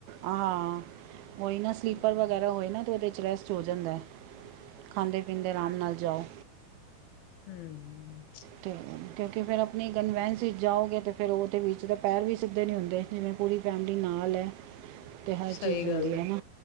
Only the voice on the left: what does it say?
ਹੂੰ,
ਹਮ ਹ
ਸਹੀ
ਗੱਲ